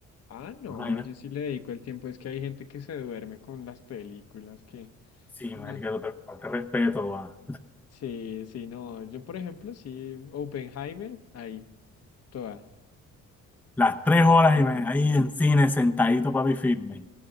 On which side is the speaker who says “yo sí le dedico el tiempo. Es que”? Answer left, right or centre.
Left